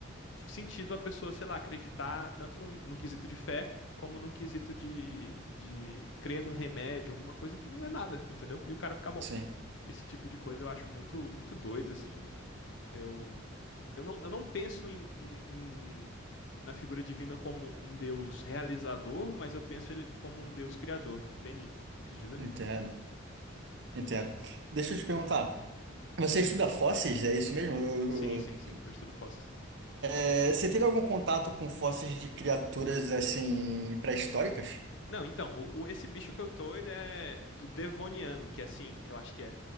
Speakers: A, on the left (about 60°); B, on the right (about 60°).
A: sentido a pessoa, sei lá, acreditar tanto num, num quesito de fé como num quesito de, de crer num remédio, alguma coisa que não é nada, entendeu? E o cara fica bom.
B: sim,
A: Esse tipo de coisa eu acho muito, muito doido, assim. Eu, não- eu, eu não, eu não penso em, em- em- na figura divina como um Deus realizador, mas eu penso ele como um Deus criador, entende o que eu quis dizer?
B: entendo, entendo. Deixa eu te perguntar, você estuda fósseis? É isso mesmo? Eu,
A: Sim, sim, sim. Eu estudo fósseis.
B: É, Você teve algum contato com fósseis de criaturas assim pré-históricas?
A: Não, então, o, o- esse bicho que eu tô, ele é do Devoniano, que é assim, eu acho que é